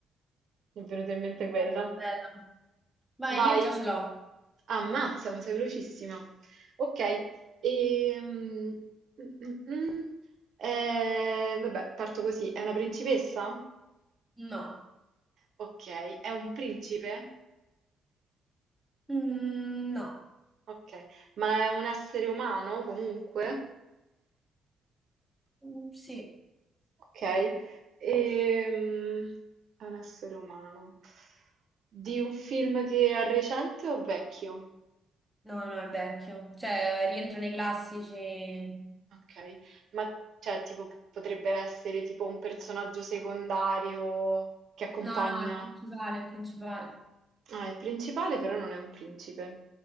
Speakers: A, on the right; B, in the centre.
A: mi è venuto in mente quello.
B: Bella, bella. Vai,
A: Vai.
B: io già ce l'ho.
A: Ammazza, ma sei velocissima. Ok, ehm, mm, mm, mm. Eh, vabbè, parto così. È una principessa?
B: No.
A: Ok, è un principe?
B: Mm, no.
A: Ok, ma è un essere umano comunque?
B: Mm, sì.
A: Ok, ehm, è un essere umano. Di un film che è recente o vecchio?
B: No, no, è vecchio. Cioè, rientra nei classici.
A: Okay. Ma cioè tipo p potrebbe essere tipo un personaggio secondario che accompagna
B: No, no, è principale, è principale.
A: ah, il principale però non è un principe.